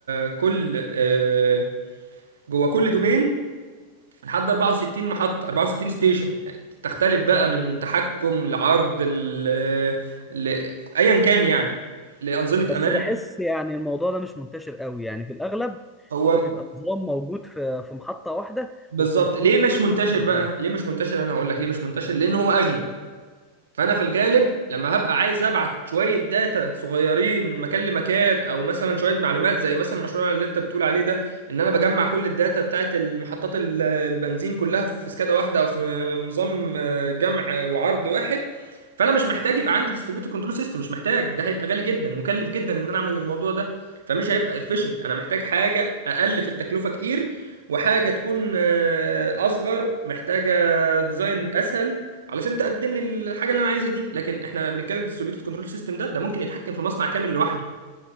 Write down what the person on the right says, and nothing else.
كل آه، جوه كل دومين لحد 64 محطة 64 ستيشن يعني تختلف بقى من تحكم لعرض ل... ل... ايا كان يعني لأنظمة
امان
هو
بالظبط
ليه
مش منتشر
بقى ليه مش منتشر انا هقول لك ليه مش منتشر لان هو اغلى فانا في الغالب لما هبقى عايز ابعت شويه داتا صغيرين من مكان لمكان او مثلا شويه معلومات زي مثلا المشروع اللي انت بتقول عليه ده ان انا بجمع كل الداتا بتاعت المحطات ال- البنزين كلها في سكادا واحده او في م- نظام آه، جمع آه، وعرض واحد فانا مش محتاج يبقى عندي ديستريبيوتور كنترول سيستم مش محتاج ده هيبقى غالي جدا مكلف جدا ان انا اعمل الموضوع ده فمش هيبقى efficient انا محتاج حاجه اقل في التكلفه كتير وحاجه تكون آه، اصغر محتاجه ديزاين اسهل علشان تقدم لي الحاجه اللي انا عايزها دي لكن احنا بنتكلم ديستريبيوتد كنترول سيستم ده ده ممكن يتحكم في مصنع كامل لوحده